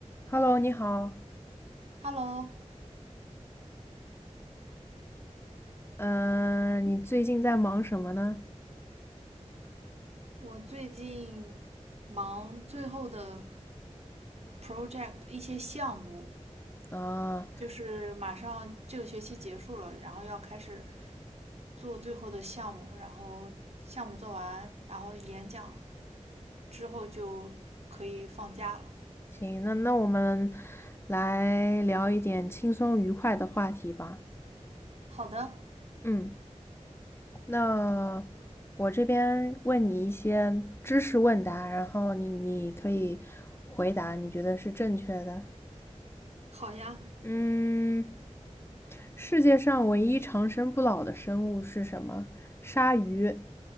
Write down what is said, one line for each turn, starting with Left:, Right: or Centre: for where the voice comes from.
Left: Hello，你好，
Right: Hello，
Left: 嗯、你最近在忙什么呢？
Right: 我最近忙最后的 project 一些项目，
Left: 啊，
Right: 就是马上这个学期结束了，然后要开始做最后的项目，然后项目做完，然后演讲之后就可以放假了。
Left: 行，那那我们来聊一点轻松愉快的话题吧。
Right: 好的，
Left: 嗯，那我这边问你一些知识问答，然后你你可以回答你觉得是正确的。
Right: 好呀。
Left: 嗯，世界上唯一长生不老的生物是什么？鲨鱼、